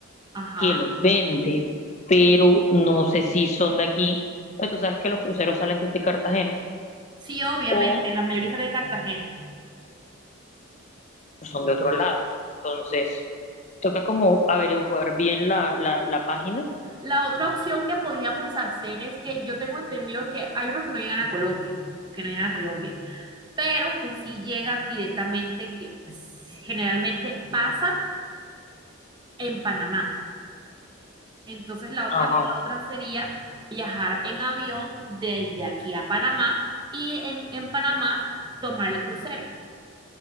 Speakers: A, on the right (about 20°); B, on the left (about 30°).
A: ajá.
B: que los vende, pero no sé si son de aquí. Pues tú sabes que los cruceros salen desde Cartagena
A: Sí, obviamente,
B: o
A: la mayoría sale de Cartagena.
B: son de otro lado. Entonces, toca como averiguar bien la, la, la página.
A: La otra opción que podíamos hacer es que yo tengo entendido que hay unos que no llegan a Colombia, que no llegan a Colombia. pero que sí llegan directamente, que generalmente pasan en Panamá. Entonces la otra,
B: Ajá.
A: la otra sería viajar en avión desde aquí a Panamá y en, en Panamá tomar el crucero.